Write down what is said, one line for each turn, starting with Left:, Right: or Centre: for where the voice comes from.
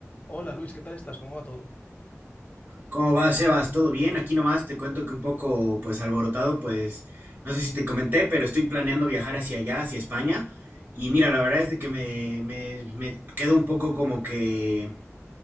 Left: Hola Luis, ¿qué tal estás? ¿Cómo va todo?
Right: ¿Cómo va, Sebas? ¿Todo bien? Aquí nomás te cuento que un poco, pues, alborotado, pues, no sé si te comenté, pero estoy planeando viajar hacia allá, hacia España. Y mira, la verdad es de que me, me, me quedo un poco como que,